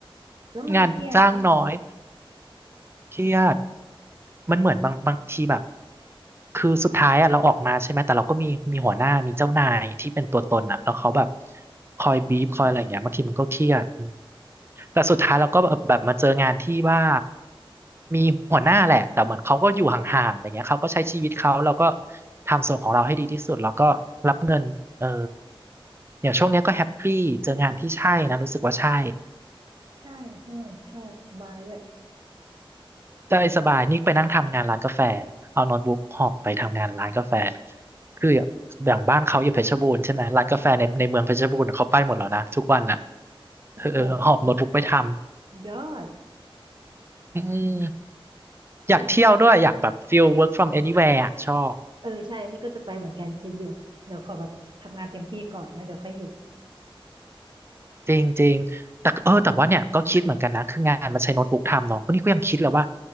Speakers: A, on the right; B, on the right.
A: แล้วมันเครียดปะ
B: <laughs> งานจ้างน้อย เครียดมันเหมือนบางบางทีแบบคือสุดท้ายอะเราออกมาใช่ไหมแต่เราก็มีมีหัวหน้ามีเจ้านายที่เป็นตัวตนอะแล้วเขาแบบคอยบีบคอยอะไรอย่างเงี้ยบางทีมันก็เครียดอืมแต่สุดท้ายเราก็แบบแบบมาเจองานที่ว่ามีหัวหน้าแหละแต่เหมือนเขาก็อยู่ห่างๆอะไรเงี้ยเขาก็ใช้ชีวิตเขาเราก็ทำส่วนของเราให้ดีที่สุดแล้วก็รับเงินเอออย่างช่วงเนี้ยก็แฮปปี้เจองานที่ใช่นะรู้สึกว่าใช่
A: ใช่สนุกชอบสบายด้วย
B: ใช่สบายนี่ไปนั่งทำงานร้านกาแฟ เอาโน้ตบุ๊กหอบไปทำงานร้านกาแฟ คืออย่างบ้านเขาอยู่เพชรบูรณ์ใช่ไหมร้านกาแฟในในเมืองเพชรบูรณ์เขาไปหมดแล้วนะทุกวันน่ะ
A: โอ้โห
B: เออหอบโน้ตบุ๊กไปทำ
A: ยอด
B: อืมอยากเที่ยวด้วยอยากแบบฟิล
A: มัน
B: work from anywhere อะชอบ
A: เออใช่อันนี่ก็จะไปเหมือนกันคิดอยู่เดี๋ยวขอแบบทำงานเต็มที่ก่อนนะเดี๋ยวค่อยหยุด
B: จริงจริงแต่เออแต่ว่าเนี่ยก็คิดเหมือนกันนะคืองานมันใช้โน้ตบุ๊กทำเนาะวันนี้ก็ยังคิดเลยว่า